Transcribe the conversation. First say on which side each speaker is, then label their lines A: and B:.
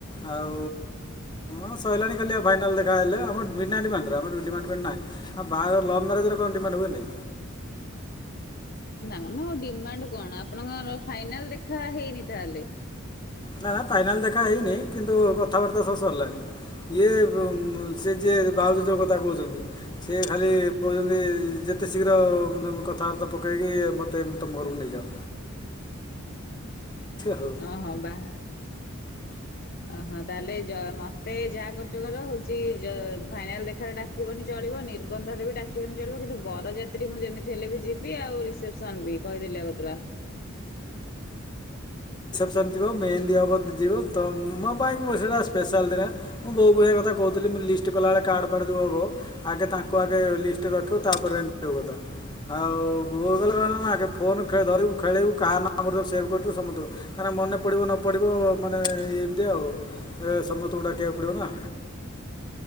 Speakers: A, on the left; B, on the left.
A: ଆଉ ହଁ ସଇଲାଣି ଖାଲି ଆଉ ଫାଇନାଲ୍ ଦେଖାହେଲେ ଆମ ବିନା ଡିମାଣ୍ଡରେ ଆମର ଡିମାଣ୍ଡ ବା ନାଇଁ। ଆଉ ବାହାଘର ଲଭ ମ୍ୟାରେଜ ର କଣ ଡିମାଣ୍ଡ ହୁଏନି।
B: ନା ମ ଡିମାଣ୍ଡ କଣ? ଆପଣଙ୍କର ଫାଇନାଲ ଦେଖା ହେଇନି ତାହେଲେ।
A: ନା ନା ଫାଇନାଲ ଦେଖା ହେଇନିଁ କିନ୍ତୁ କଥାବାର୍ତ୍ତା ସ ସରିଲାନି। ଇଏ ସେ ଯିଏ ଭାଉଜ ଯଉ କଥା କହଚନ୍ତି ସେ ଖାଲି କହୁଚନ୍ତି ଯେତେ ଶୀଘ୍ର ତମ କଥାବାର୍ତ୍ତା ପକେଇକି ମୋତେ ତମ ଘରକୁ ନେଇଯାଅ। ହଉ
B: ଓହୋ ବାହା ଅହୋ ତାହଲେ ଯ ମତେ ଯାହା କରୁଛ କର ହଉଚି ଫାଇନାଲ ଦେଖାରେ ଡାକିବନି ଚଳିବ, ନିର୍ବନ୍ଧରେ ବି ଡାକିବନି ଚଳିବ, କିନ୍ତୁ ବରଯାତ୍ରୀ ମୁଁ ଯେମିତି ହେଲେ ବି ଯିବି, ଆଉ ରିସେପସନ ବି, କହିଦେଲି ଆଗତୁରା।
A: ଲିଥିବ, ମେହେନ୍ଦୀ ହବ ଯିବ, ତ ମ ପାଇଁ ସେଇଟା ସ୍ପେଶାଲ ଦିନେ ମୁଁ ବୋଉକୁ ଏ କଥା କହୁଥିଲି ମୁ ଲିଷ୍ଟ କଲାବେଳେ କାର୍ଡ଼ ଫାର୍ଡ଼ ଯ ହବ, ଆଗେ ତାଙ୍କୁ ଆଗେ ଲିଷ୍ଟରେ ରଖିବୁ ତାପରେ ଏମିତିିବ କଥା। ଆଉ ବଉ କହିଲା ହ ଆଗ ଫୋନ ଧୁ ଖେଳିବୁ କାହା ନା ଆମର ଯେ ସେଭ୍ କରିଥିବ ସମସ୍ତଙ୍କୁ, କାହିଁକି ନା ମନେ ପଡ଼ିବ ନ ପଡ଼ିବ ମାନେ, ଏମିତି ଆଉ। ସମସ୍ତଙ୍କୁ ଡାକିବାକୁ ପଡ଼ିବ ନା।